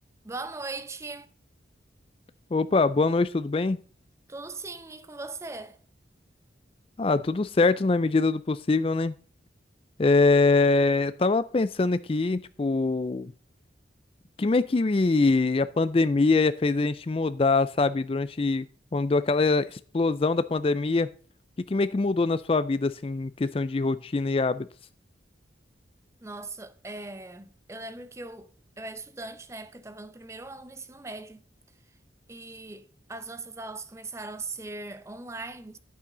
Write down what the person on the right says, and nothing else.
Boa noite.
Tudo sim, e com você?
Nossa, é... eu lembro que eu, eu era estudante na época, eu estava no primeiro ano do ensino médio e as nossas aulas começaram a ser online.